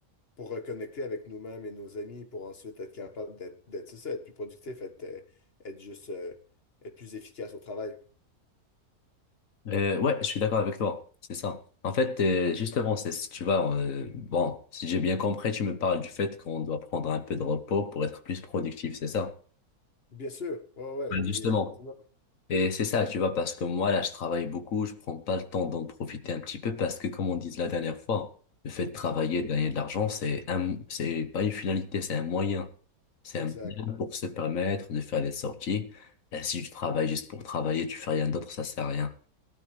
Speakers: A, on the left; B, on the left.
A: pour reconnecter avec nous-mêmes et nos amis, pour ensuite être capable d'être, d'être, c'est ça, être plus productif, être, euh, être juste, euh, être plus efficace au travail.
B: Euh, ouais, je suis d'accord avec toi. C'est ça. En fait, euh, justement, c'est si tu vas, euh, bon, si j'ai bien compris, tu me parles du fait qu'on doit prendre un peu de repos pour être plus productif, c'est ça?
A: Bien sûr, ouais, ouais,
B: Ouais,
A: e-
B: Justement.
A: e- effectivement,
B: Et c'est ça, tu vois, parce que moi, là, je travaille beaucoup, je prends pas le temps d'en profiter un petit peu parce que, comme on disait la dernière fois, le fait de travailler, de gagner de l'argent, c'est un, c'est pas une finalité, c'est un moyen. C'est
A: exact.
B: un moyen pour se permettre de faire des sorties. Et si tu travailles juste pour travailler, tu fais rien d'autre, ça sert à rien.